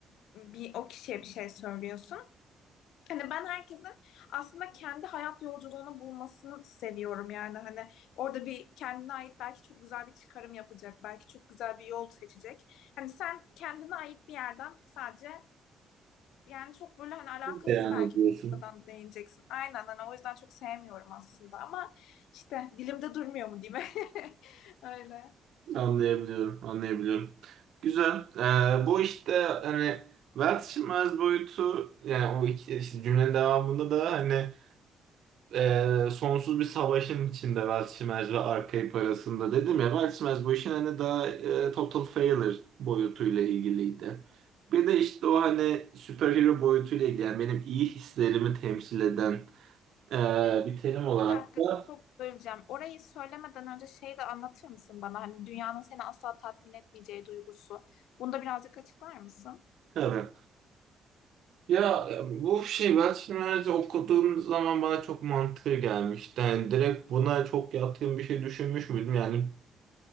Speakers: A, on the left; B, on the right.
A: bir o kişiye bir şey söylüyorsun. Hani ben herkesin aslında kendi hayat yolculuğunu bulmasını seviyorum yani hani orada bir kendine ait belki çok güzel bir çıkarım yapacak, belki çok güzel bir yol seçecek. Hani sen kendine ait bir yerden sadece yani çok böyle hani alakasız
B: beyan
A: belki
B: ediyorsun.
A: bir noktadan değineceksin. Aynen hani o yüzden çok sevmiyorum aslında ama işte dilimde durmuyor mu diyeyim. <laughs> Öyle.
B: Anlayabiliyorum, anlayabiliyorum. Güzel. Ee, bu işte hani vazgeçilmez boyutu yani o iki işte cümlenin devamında da hani e, sonsuz bir savaşın içinde vazgeçilmez ve Arkaip arasında dedim ya vazgeçilmez bu işin hani daha e, total failure boyutuyla ilgiliydi. Bir de işte o hani superhero boyutuyla ilgili yani benim iyi hislerimi temsil eden e, bir terim olarak
A: Bir dakika
B: da
A: çok böleceğim. Orayı söylemeden önce şey de anlatır mısın bana? Hani dünyanın seni asla tatmin etmeyeceği duygusu. Bunu da birazcık açıklar mısın?
B: tabii Ya e, bu şey ben şimdi okuduğum zaman bana çok mantıklı gelmişti. Yani direkt buna çok yatkın bir şey düşünmüş müydüm? Yani